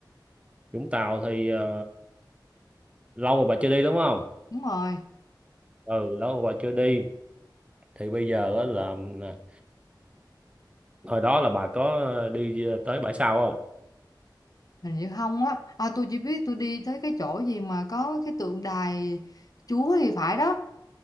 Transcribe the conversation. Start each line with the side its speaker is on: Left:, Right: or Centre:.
Right: Vũng Tàu thì ờ, lâu rồi bà chưa đi đúng không
Left: đúng rồi
Right: ừ lâu bà chưa đi thì bây giờ á là à, hồi đó là bà có đi à, tới bãi sau không
Left: hình như không á à, tôi chỉ biết tôi đi tới cái chỗ gì mà có cái tượng đài Chúa thì phải đó